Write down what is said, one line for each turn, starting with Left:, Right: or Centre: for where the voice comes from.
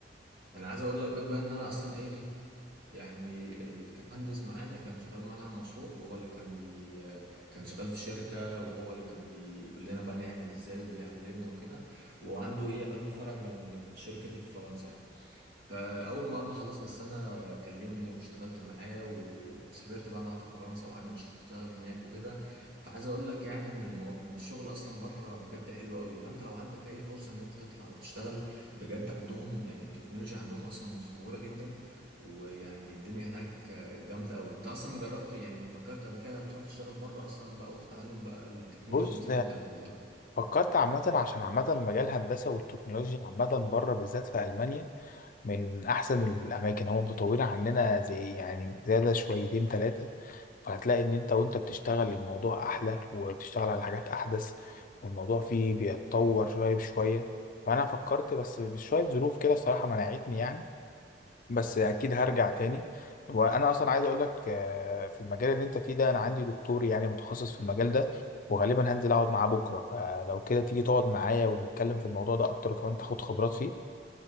Right: انا عايز اقول لك بقى ان انا اصلا ايه يعني ال- كان مهندس معانا كان شغال معانا على مشروع هو اللي كان بي كان شغال في شركة وهو اللي كان بيقول لنا بقى نعمل ازاي وبيعلمنا وكده وعنده ايه عنده فرع من من الشركة دي في فرنسا يعني فاول ما ما خلصنا السنه كلمني واشتغلت معاه وسافرت بقى مع فرنسا وقعدنا نشتغل هناك وكده فعايز اقول لك يعني ان المو... ان الشغل اصلا بره بجد حلو قوي فانت لو عندك اي فرصه ان انت تطلع وتشتغل بجد عندهم يعني التكنولوجيا عندهم اصلا متطوره جدا ويعني الدنيا هناك جامده قوي انت اصلا جربت يعني فكرت قبل كده تروح تشتغل بره اصلا بقى وتتعلم بقى التكنولوجيز
Left: بص
Right: دي ولا ولا
Left: فكرت عامة عشان عامة مجال الهندسة والتكنولوجيا عامة بره بالذات في ألمانيا من أحسن الأماكن هم متطورين عننا زي يعني زيادة شويتين تلاتة فهتلاقي ان انت وانت بتشتغل الموضوع احلى وبتشتغل على حاجات احدث والموضوع فيه بيتطور شويه بشويه فانا فكرت بس بشويه ظروف كده الصراحه منعتني يعني بس اكيد هرجع تاني وانا اصلا عايز اقول لك آه، في المجال اللي انت فيه ده انا عندي دكتور يعني متخصص في المجال ده وغالبا هنزل اقعد معاه بكره فلو كده تيجي تقعد معايا ونتكلم في الموضوع ده اكتر وكمان تاخد خبرات فيه